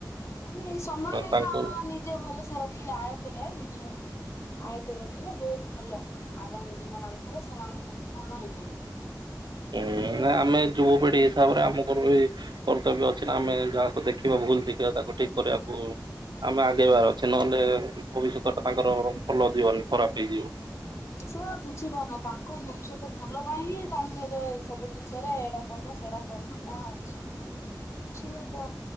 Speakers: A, on the left (about 40°); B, on the right (about 80°).
A: ଏଇ ସମୟରେ
B: ତାଙ୍କୁ
A: ହିଁ ଆମ ନିଜେ ଭଲସେ ରଖିଲେ ଆୟତରେ ନିଜ ଆୟତ ରଖିଲେ ବହୁତ ଭଲ ଆଗାମୀ ଦିନ ମାନଙ୍କରେ ସେମାନେଙ୍କ ଭଲ ହେଇପାରେ
B: ହୁଁ ଆମେ ଯୁବପିଢି ହିସାବରେ ଆମର ଏ କର୍ତ୍ତବ୍ୟ ଅଛି ନା ଆମେ ଯାହାକୁ ଦେଖିବା ଭୁଲ ଦେଖିବା ତାକୁ ଠିକ କରିବାକୁ ଆମେ ଆଗେଇବାର ଅଛେ ନହେଲେ
A: ହୁଁ।
B: ଭବିଷ୍ୟତ ଟା ତାଙ୍କର ଭଲ ଯିବନି ଖରାପ ହେଇଯିବ
A: ସେ ବୁଝିପାରୁନ ତାଙ୍କ ମନୁଷ୍ୟ ତ ଭଲ ପାଇଁ ହିଁ ତାଙ୍କୁ ଏ ସବୁ ଜିନିଷ ଏଇଟା କରନ ସେଇଟା କରନ କହ ଅଛି ବୁଝିଲେ ତ